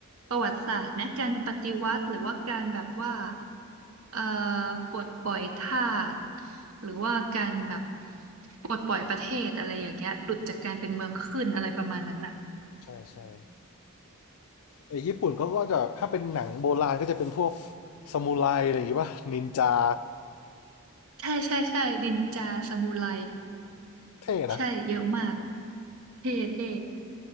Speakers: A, on the right; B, on the left.
A: ประวัติศาสตร์นะการปฏิวัติหรือว่าการแบบว่าเอ่อปลดปล่อยทาสหรือว่าการแบบปลดปล่อยประเทศอะไรอย่างเงี้ยหลุดจากการเป็นเมืองขึ้นอะไรประมาณนั้นอ่ะ
B: ใช่ใช่ไอ้ญี่ปุ่นก็ก็จะถ้าเป็นหนังโบราณก็จะเป็นพวกซามูไรอะไรอย่างงี้ปะนินจา
A: ใช่ใช่ใช่นินจาซามูไร
B: เท่นะ
A: ใช่เยอะมากเท่เท่